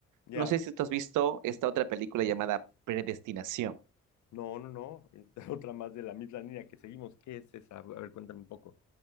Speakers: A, on the left (about 70°); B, on the right (about 85°).
A: Ya,
B: No sé si tú has visto esta otra película llamada Predestinación.
A: no, no, no, esta <laughs> otra más de la misma línea que seguimos. ¿Qué es esa? A ver, cuéntame un poco.